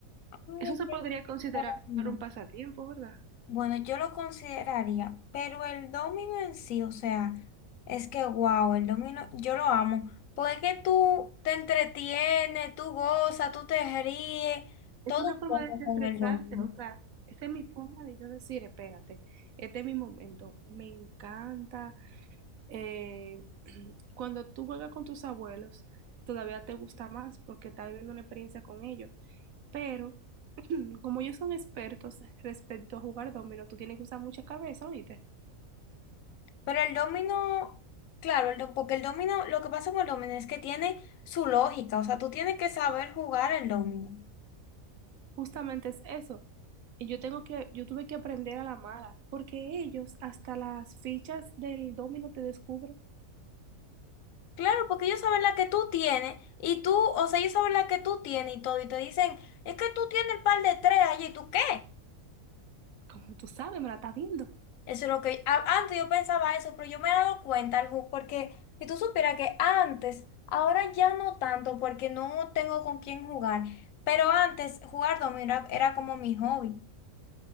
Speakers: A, on the left; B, on the right.
A: Ay,
B: Eso se podría considerar
A: el domino.
B: un pasatiempo, ¿verdad?
A: Bueno, yo lo consideraría, pero el domino en sí, o sea, es que wow, el domino, yo lo amo, porque es que tú te entretienes, tú gozas, tú te ríes,
B: Es
A: todo
B: una
A: un
B: forma
A: poco
B: de desestresarse,
A: con el domino.
B: o sea, esta es mi forma de yo decir, espérate, este es mi momento. Me encanta. eh, <clears throat> cuando tú juegas con tus abuelos, todavía te gusta más porque estás viviendo una experiencia con ellos. Pero <clears throat> como ellos son expertos respecto a jugar dominó, tú tienes que usar mucha cabeza, ¿oíste?
A: Pero el domino, claro, el do- porque el domino, lo que pasa con el domino es que tiene su lógica, o sea, tú tienes que saber jugar el domino.
B: Justamente es eso. Y yo tengo que, yo tuve que aprender a la mala, porque ellos hasta las fichas del dominó te descubren.
A: Claro, porque ellos saben la que tú tienes y tú, o sea, ellos saben la que tú tienes y todo y te dicen, es que tú tienes el par de tres allí, ¿y tú qué?
B: Como tú sabes, me la estás viendo.
A: Eso es lo que a- antes yo pensaba eso, pero yo me he dado cuenta, Arju, porque si tú supieras que antes, ahora ya no tanto porque no tengo con quién jugar, pero antes jugar dominó era, era como mi hobby.